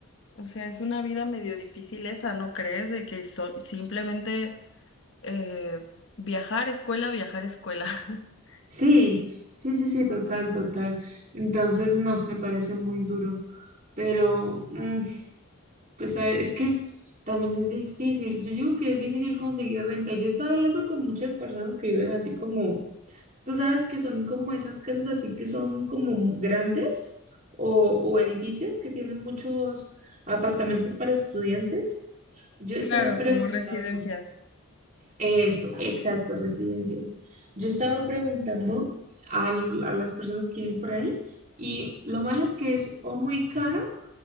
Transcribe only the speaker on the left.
o sea, es una vida medio difícil esa, ¿no crees? De que so- simplemente eh, viajar, escuela, viajar, escuela. <laughs>
Claro,
como residencias.